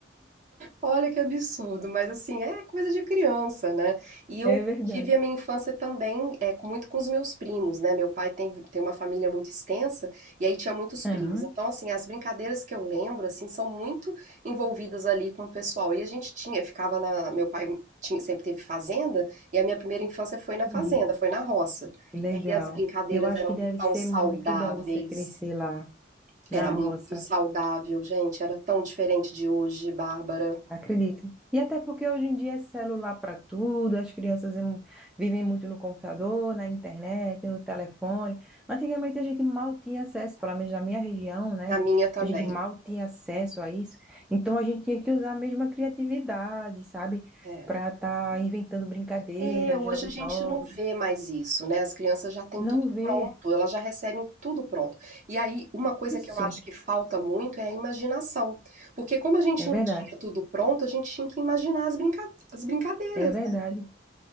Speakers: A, on the right; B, in the centre.
A: Olha que absurdo, mas assim, é coisa de criança, né? E eu
B: é verdade.
A: tive a minha infância também é, com- muito com os meus primos, né? Meu pai tem, tem uma família muito extensa e aí tinha muitos primos.
B: Aham,
A: Então, assim, as brincadeiras que eu lembro, assim, são muito envolvidas ali com o pessoal. E a gente tinha, ficava na... Meu pai tinha- sempre teve fazenda e a minha primeira infância foi na
B: entendi.
A: fazenda, foi na roça.
B: Que Legal.
A: E aí as brincadeiras
B: Eu acho
A: eram
B: que deve
A: tão
B: ser
A: saudáveis,
B: muito bom você crescer lá
A: era
B: na
A: muito
B: roça,
A: saudável, gente, era tão diferente de hoje, Bárbara.
B: acredita? E até porque hoje em dia é celular para tudo, as crianças em- vivem muito no computador, na internet, no telefone. Antigamente a gente mal tinha acesso, pelo menos na minha região, né?
A: Na minha também.
B: A gente mal tinha acesso a isso. Então a gente tinha que usar a mesma criatividade, sabe?
A: É.
B: Para estar inventando brincadeiras,
A: É, hoje
B: jogos
A: a gente
B: novos.
A: não vê mais isso, né, as crianças já têm
B: Não
A: tudo
B: ver
A: pronto, elas já recebem tudo pronto. E aí, uma coisa
B: isso.
A: que eu acho que falta muito é a imaginação, porque como a gente
B: É
A: não
B: verdade.
A: tinha tudo pronto, a gente tinha que imaginar as brinca as brincadeiras.
B: É verdade.